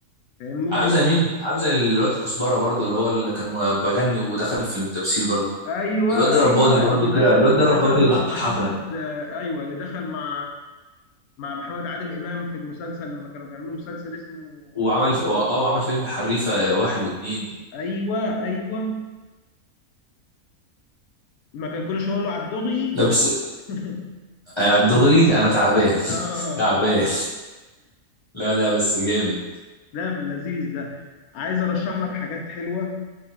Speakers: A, on the left; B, on the left.
A: فاهمني
B: عامل مين عامل الواد كزبره برضو اللي هو اللي كان م- بغني ودخل في التمثيل برضو
A: ايوه
B: الواد ده رباني
A: ايوه
B: برضو
A: اللي
B: كده
A: دخل
B: الواد
A: اللي
B: ده رباني
A: دخل مع
B: يضحكك
A: محمد آه ايوه اللي دخل مع مع محمد عادل امام في المسلسل لما كانوا بيعملوا مسلسل اسمه
B: وعمل
A: آه،
B: اه وعمل فيلم حريفه واحد واتنين
A: ايوه ايوه ما كان كل شويه يقول له على الدغي
B: لا بس
A: <laughs>
B: على الدغري انا تعبان
A: اه
B: <laughs> تعبان لا لا بس جامد
A: لا في اللذيذ ده عايز ارشح لك حاجات حلوه